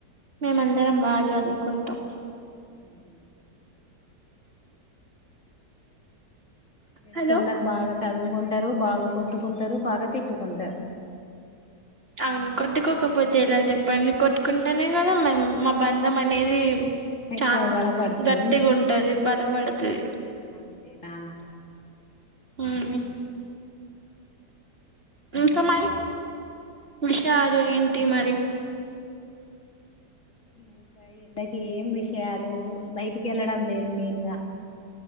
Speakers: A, on the right (about 35°); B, on the left (about 45°).
A: మేమందరం బాగ చదువుకుంటాం
B: హు హు ఫ్రెండ్స్
A: హలో
B: అందరు బాగా చదువుకుంటారు బాగ కొట్టుకుంటారు బాగ తిట్టుకుంటారు
A: అవును కొట్టుకోకపోతే ఎలా చెప్పండి మీ కొట్టుకుంటేనే కదా <unintelligible> బంధం అనేది
B: ఎక్కువ
A: చాల
B: గొడవ పడుతది
A: గట్టిగా ఉంటది బలపడతది
B: అంతేనా
A: అవును ఇంకా మరి విషయాలు ఏంటి మరి
B: ఇంకా ఎండకి ఏం విషయాలు బయటికి వెళ్ళడం లేదు మెయిన్గ